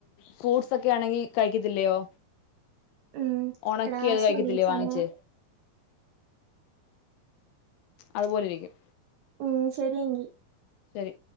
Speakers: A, on the left; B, on the right.
A: ഫ്രൂട്സ് ഒക്കെ ആണെങ്കി കഴിക്കത്തില്ലയോ
B: ഉം
A: ഒണക്കി
B: എടാ
A: അത് കഴിക്കത്തില്ലേ
B: ശരി സമയം
A: വാങ്ങിച്ച് അതുപോലെ രിക്കും
B: ഉം ശരിയങ്കി
A: ശരി